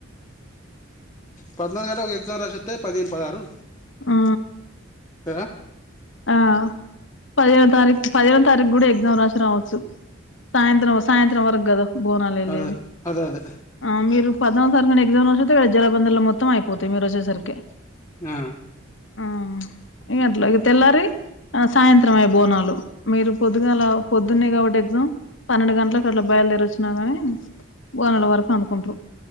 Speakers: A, on the left (about 15°); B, on the left (about 70°).
A: పద్నాలుగు గంట ఒక ఎగ్జామ్ రాసిస్తే పదిహేను పదహారు
B: ఆ
A: కదా
B: ఆ పదిహేో తారీఖు పదిహేో తారీఖు కూడా ఎగ్జా రాసి రావచ్చు సాయంత న సాయంత చి వర్ బోనాలు వె
A: అదే
B: లేది
A: అదే అదే
B: ఆ మీరు పద్నాలుగు తర ఎగాడ జలబందలు మొత్తం అయిపోతా మీరు వచ్చేసరికి
A: ఆ
B: ఆ ఇక అట్లా ఇక తెల్లారి సాయంత్రమ అయ బోనాలు మీరు పొద్దుగా అలా పొద్దున్నాయి కాబట్టి ఎగ్జామ్ పన్నెండు గంటలకు అట్లా బయలుదేర వచ్చినా కానీ పోఊ నల వరకు అంతకుంటరు